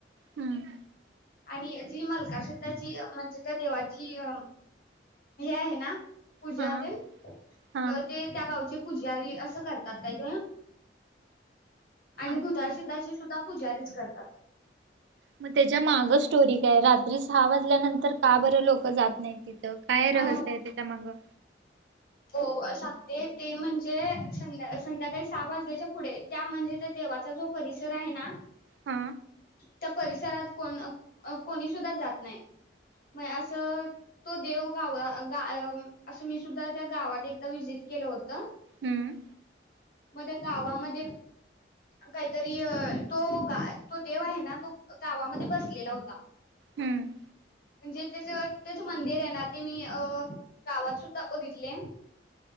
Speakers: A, on the right; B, on the left.
A: हम्म
B: आणि जी मलकारसिद्धाची म्हणजे त्या देवाची अ हे आहे ना पूजा
A: हा
B: तेन अ
A: हा
B: ते त्या गावची पुजारी असं करतात काय ते. आणि
A: अच्छा
B: भुताळसिद्धाची सुद्धा पूजारीच करतात.
A: मग त्याच्या माग स्टोरी काय? रात्री सहा वाजल्यानंतर का बरं लोक जात नाहीत तिथं. काय रहस्य
B: अ
A: आहे त्याच्यामाग?
B: हो सांगते ते म्हणजे संध्या संध्याकाळी सहा वाजल्याच्या पुढे त्या म्हणजे त्या देवाचा जो परिसर आहे ना
A: हा
B: त्या परिसरात कोण कोणी सुद्धा जात नाही म असं तो देव <unintelligible> गाव असं मी सुद्धा त्या गावात एकदा विजीट केलं होत.
A: हम्म
B: मध्ये गावामध्ये काहीतरी य तो काय तो देव आहे ना तो गावामध्ये बसलेला होता.
A: हम्म
B: म्हणजे त्याच तेच मंदिर आहे ना ते मी अ गावात सुद्धा बघितले,